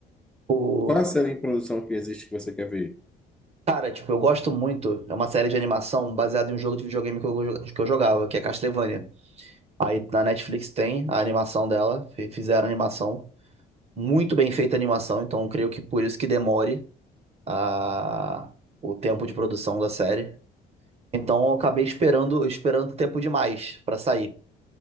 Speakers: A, on the right (about 40°); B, in the centre.
A: O...
B: Qual a série em produção que existe que você quer ver?
A: Cara, tipo, eu gosto muito. É uma série de animação baseada em um jogo de videogame que eu, go- que eu jogava, que é Castlevania. Aí na Netflix tem a animação dela, fi- fizeram a animação, muito bem feita a animação, então creio que por isso que demore a... o tempo de produção da série. Então eu acabei esperando, esperando tempo demais pra sair.